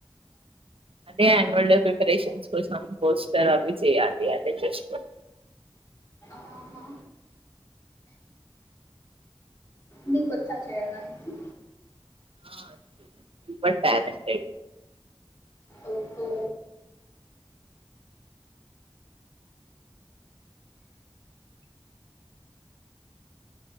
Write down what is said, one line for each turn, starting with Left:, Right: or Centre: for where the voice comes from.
Right: అదే అన్యువల్ డే ప్రిపరేషన్ కోసం త్వరగా చేయాలి అదే చేసుకుంటున్నా
Left: అహా నీకు వచ్చా చేయడానికి
Right: ఆ సూపర్ టాలెంటెడ్
Left: ఓహో